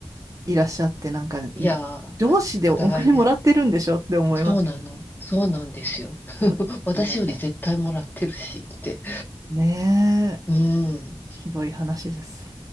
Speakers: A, on the right (about 35°); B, on the left (about 20°).
A: いらっしゃって、なんか、
B: いやー、
A: 上司でお金もらってるんでしょって思いますよ。
B: お互いです。そうなの。そうなんですよ。<laughs>
A: そうですよね。
B: 私より絶対もらってるしって。
A: ねえ、
B: うん。
A: ひどい話です。